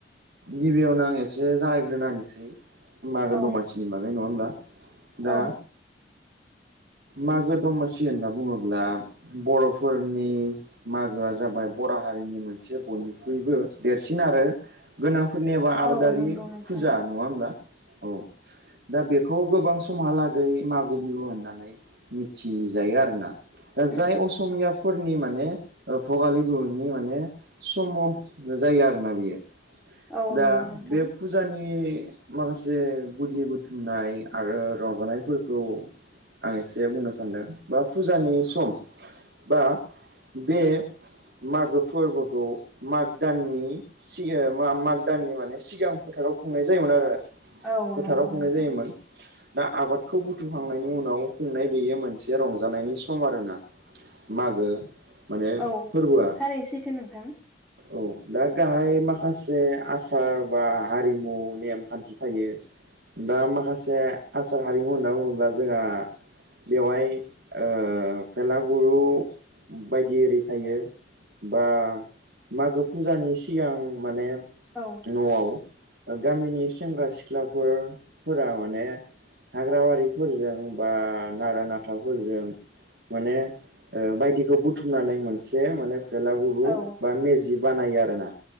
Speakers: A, on the right; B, in the centre.
A: गिबियावनो आं एसे जागायग्रोनाहोनोसै मागो
B: औ
A: दमासिनि बागै नङा होनब्ला दा
B: औ
A: मागो दमासि होनना बुङोब्ला बरफोरनि मागोआ जाबाय बर हारिनि मोनसे बयनिख्रुइबो देरसिन आरो गोनां <unintelligible> निबा आबादारि
B: औ नंगौ नोंथां
A: फुजा नङा होमब्ला औ दा बेख खौ गोबां समहालागै मागो बिहु होननानै मिथिजायो आरो ना दा
B: उम
A: जाय असमिया फोरनि माने भगालि बिुहुनि माने सम जायो आरोना बियो
B: औ
A: दा
B: नंगौ नोंथां
A: बे फुजानि माखासे गुदि बुथुमनाय आरो रंजानायफोरखौ आं एसे बुंनो सानदों बा फुजानि सम बा बे मागो फोरबोखौ माग दाननि सि <unintelligible> मा माग दाननि माने सिगां फोथाराव खुंनाय जायोमोन आरो
B: औ
A: फोथाराव
B: नंगौ
A: खुंनाय
B: नोंथां
A: जायोमोन दा आबादखौ बुथुमखांनायनि उनाव खुंनाय बेयो मोनसे रंजानायनि सम आरोना मागो माने
B: औ
A: फोरबोआ
B: थारैनो सैथो नोंथां
A: औ दा गाहाय माखासे आसार बा हारिमु नेमखान्थि थायो दा माखासे आसार हारिमु होनना बुङोब्ला जोंहा बेवहाय ओ भेलागुरु बायदि ओरि थायो बा मागो फुजानि सिगां माने
B: औ
A: न'आव गामिनि सेंग्रा सिख्लाफोर फोरा माने हाग्राबारिफोरजों बा नारा नाथाफोरजों माने ओ बायदि बेखौ बुथुमनानै मोनसे माने बेलागुरु
B: औ
A: बा मेजि बानायो आरो ना